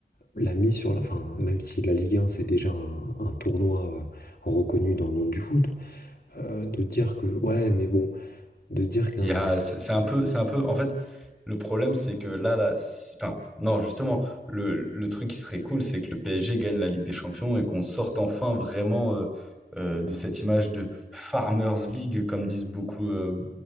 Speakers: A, on the left; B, in the centre.
A: la mise sur la. Enfin, même si la Ligue 1, c'est déjà un, un tournoi euh, reconnu dans le monde du foot, euh, de dire que. Ouais, mais bon, de dire qu'un.
B: Il y a, c'est c'est un peu, c'est un peu, en fait, le problème, c'est que là, là, si- enfin, non, justement, le, le truc qui serait cool, c'est que le PSG gagne la Ligue des Champions et qu'on sorte enfin vraiment euh, euh, de cette image de Farmers League, comme disent beaucoup, euh,